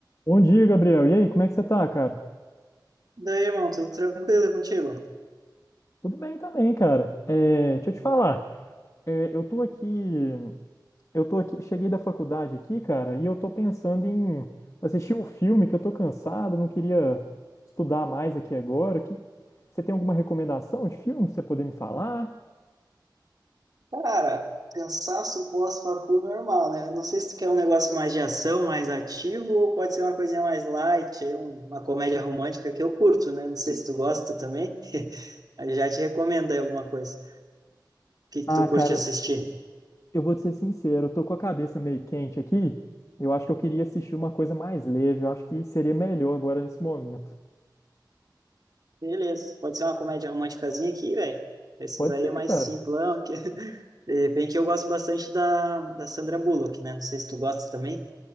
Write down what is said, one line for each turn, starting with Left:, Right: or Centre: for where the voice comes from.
Left: Bom dia, Gabriel. E aí, como é que você tá, cara?
Right: Daí, irmão, tudo tranquilo contigo?
Left: Tudo bem também, cara. É, deixa eu te falar. É, eu tô aqui, eu tô aqui, cheguei da faculdade aqui, cara, e eu tô pensando em assistir um filme que eu tô cansado, não queria estudar mais aqui agora. Que... Você tem alguma recomendação de filme pra você poder me falar?
Right: Cara, cansaço pós-facu normal, né? Não sei se tu quer um negócio mais de ação, mais ativo, ou pode ser uma coisinha mais light, aí um- uma comédia romântica que eu curto, né? Não sei se tu gosta também. <laughs> Aí já te recomendo aí alguma coisa. O que que
Left: Ah,
Right: tu curte
Left: cara,
Right: assistir?
Left: eu vou te ser sincero, eu tô com a cabeça meio quente aqui. Eu acho que eu queria assistir uma coisa mais leve. Eu acho que seria melhor agora nesse momento.
Right: Beleza, pode ser uma comédia românticazinha aqui, velho. Esses
Left: Pode
Right: aí
Left: ser,
Right: é mais
Left: cara.
Right: simplão. Que... <laughs> De repente eu gosto bastante da, da Sandra Bullock, né? Não sei se tu gosta também.